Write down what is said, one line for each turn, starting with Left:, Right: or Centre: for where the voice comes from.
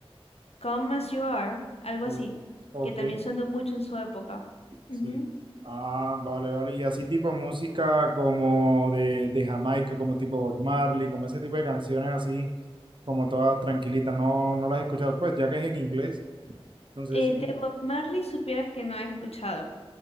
Left: Come As You Are, algo
Right: O-
Left: así,
Right: Ok,
Left: que también sonó mucho en su época. Ujú.
Right: sí. Ah, vale, vale. Y así tipo música como de, de Jamaica, como tipo Bob Marley, como ese tipo de canciones así, como todas tranquilitas, no, no las he escuchado. Pues ya que es en inglés, no sé
Left: Eh,
Right: si...
Left: de Bob Marley supieras que no he escuchado,